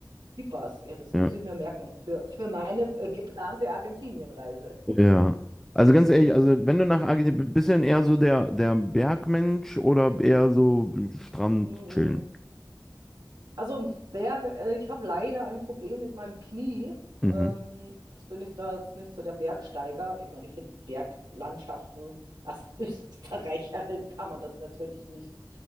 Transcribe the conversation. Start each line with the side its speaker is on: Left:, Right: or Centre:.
Right: Chipas, ja, das
Centre: Ja.
Right: muss ich mir merken für, für meine äh, geplante Argentinienreise. <laughs>
Centre: Ja. Also ganz ehrlich, also wenn du nach Argentinien, bisschen eher so der, der Bergmensch oder eher so Strand
Right: Mhm.
Centre: chillen?
Right: Also, Berg, äh, ich habe leider ein Problem mit meinem Knie.
Centre: Mhm.
Right: Ähm, jetzt bin ich da jetzt nicht so der Bergsteiger. Ich meine, ich finde Berglandschaften, als <laughs> Österreicherin kann man das natürlich nicht